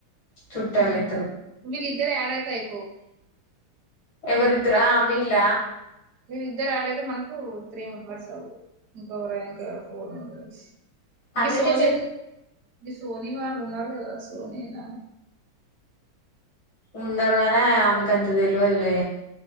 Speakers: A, on the left; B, on the right.
A: చుట్టాలు
B: ఉహు
A: ఇద్దరు
B: విళ్ళిందరు ఆడైతే అయిపోవ్
A: ఎవరు ఇద్దరూ అ వీళ్ళ
B: వీళ్ళు ఇద్దరు ఆడ్ అయితే మనకు త్రీ మెంబర్స్ అవదు ఇంక ఎవరు ఇంకా ఫోర్ మెంబర్స్
A: అందుకే
B: గీ సోని
A: చెప్
B: ఉఈ సోనీ వాళ్ళు ఉన్నారు కదార సోని నా
A: ఉన్నారుగాని ఆమెకు అంత తెలవదిలే